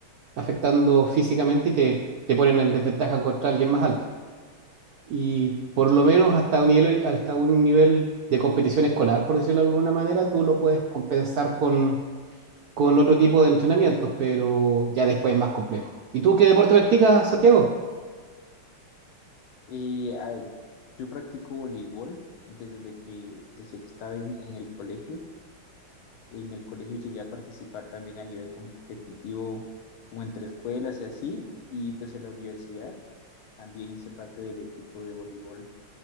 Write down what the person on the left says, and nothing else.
Eh, ah, yo practico voleibol desde que, desde que estaba en, en el colegio. En el colegio llegué a participar también a nivel competitivo, como entre escuelas y así, y pues en la universidad también hice parte del equipo de voleibol